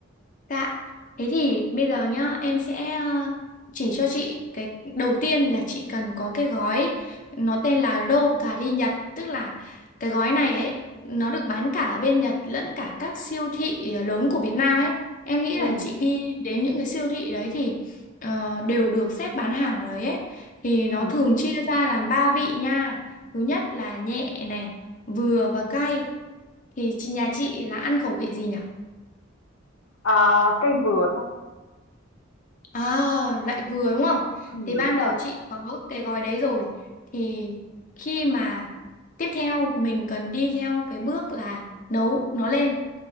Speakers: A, on the left (about 40°); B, on the left (about 85°).
A: Dạ, thế thì bây giờ nhá, em sẽ ờ, chỉ cho chị cái đầu tiên là chị cần có cái gói nó tên là Rô cà ri Nhật, tức là cái gói này ấy nó được bán cả ở bên Nhật lẫn cả các siêu thị ờ, lớn của Việt Nam ấy. Em nghĩ
B: Ừm,
A: là chị đi đến những cái siêu thị đấy thì ờ, đều được xếp bán hàng ở đấy ấy. Thì
B: ừm.
A: nó thường chia ra làm ba vị nha. Thứ nhất là nhẹ này, vừa và cay. Thì chị- nhà chị là ăn khẩu vị gì nhỉ?
B: À, cây vừa thôi.
A: À, lại vừa đúng không?
B: Ừm.
A: Thì
B: Đúng
A: ban
B: rồi.
A: đầu chị có cái gói đấy rồi. Thì khi mà tiếp theo mình cần đi theo cái bước là nấu nó lên.